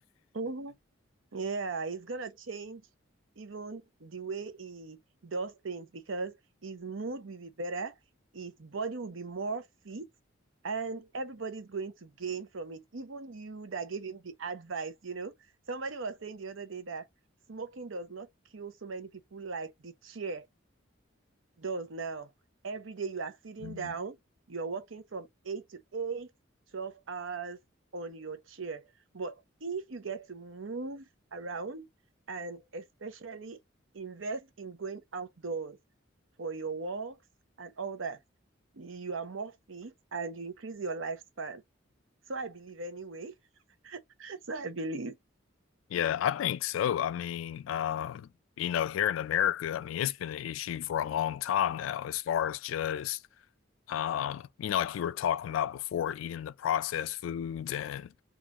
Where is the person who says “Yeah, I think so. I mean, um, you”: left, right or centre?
Left